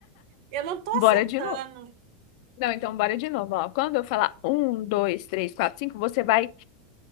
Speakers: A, on the right; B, on the left.
A: Eu não tô
B: Bora
A: acertando.
B: de novo. Não, então bora de novo, ó. Quando eu falar um, dois, três, quatro, cinco, você vai